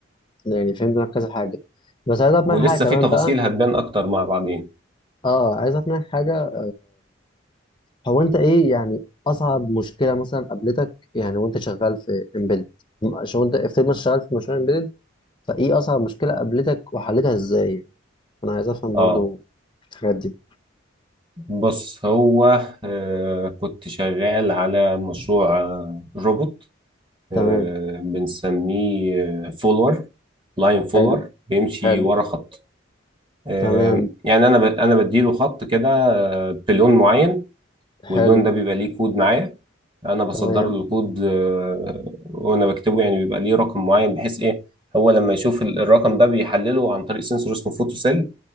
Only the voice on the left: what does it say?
انا يعني فهمت منك كذا حاجه بس عايز اعرف
منك حاجه كمان
بقى
اه عايز اعرف منك حاجه هو انت ايه يعني اصعب مشكله مثلا قابلتك يعني وانت شغال في امبيدد عشان انت افترض مثلا شغال في مشروع امبيدد فايه اصعب مشكله قابلتك وحلتها ازاي يعني انا عايز افهم
برضو الحاجات دي
تمام
حلو
حلو
تمام
حلو
تمام